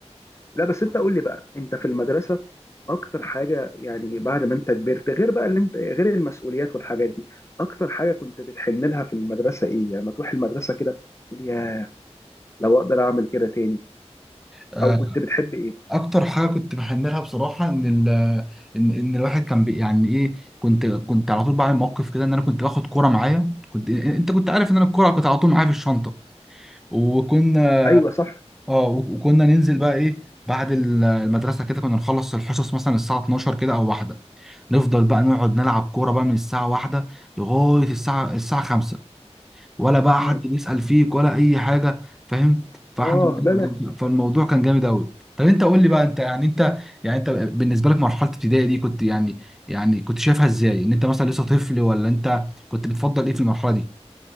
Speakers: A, on the left; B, in the centre.
A: لا بس انت قول لي بقى انت في المدرسه اكتر حاجه يعني بعد ما انت كبرت غير بقى اللي انت غير المسؤوليات والحاجات دي اكتر حاجه كنت بتحن لها في المدرسه ايه يعني لما تروح المدرسه كده تقول يا لو اقدر اعمل كده تاني
B: آه،
A: او كنت بتحب ايه
B: اكتر حاجه كنت بحملها بصراحه ان ال ان ان الواحد كان بي يعني ايه كنت كنت على طول بعمل موقف كده ان انا كنت باخد كوره معايا كنت انت كنت عارف ان انا الكوره كنت على طول معايا في الشنطه وكنا
A: ايوه صح
B: اه وكنا ننزل بقى ايه بعد ال- المدرسه كده كنا نخلص الحصص مثلا الساعه 12 كده او واحده نفضل بقى نقعد نلعب كوره بقى من الساعه واحده لغايه الساعه الساعه 5 ولا بقى حد
A: امم
B: بيسأل فيك ولا اي حاجه فاهم فاحنا
A: اه
B: بجد-
A: لا لا
B: فالموضوع كان جامد قوي طب انت قول لي بقى انت يعني انت يعني انت بالنسبه لك مرحله ابتدائي دي كنت يعني يعني كنت شايفها ازاي ان انت مثلا لسه طفل ولا انت كنت بتفضل ايه في المرحله دي